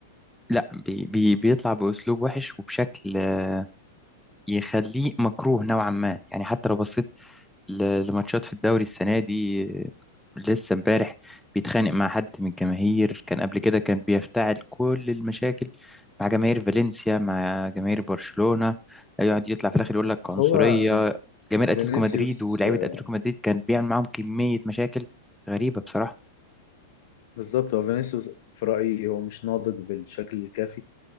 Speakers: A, in the centre; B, on the left.
A: لا بي بي بيطلع بأسلوب وحش وبشكل آه، يخليه مكروه نوعا ما يعني حتى لو بصيت ل- لماتشات في الدوري السنة دي آه، لسه امبارح بيتخانق مع حد من الجماهير كان قبل كده كان بيفتعل كل المشاكل مع جماهير فالنسيا مع جماهير برشلونة يقعد يطلع في الآخر يقول لك
B: هو
A: عنصرية جماهير أتلتيكو
B: فينيسيوس
A: مدريد ولاعيبة
B: آه،
A: أتلتيكو مدريد كان بيعمل معاهم كمية مشاكل غريبة بصراحة
B: بالظبط هو فينيسيوس في رأيي هو مش ناضج بالشكل الكافي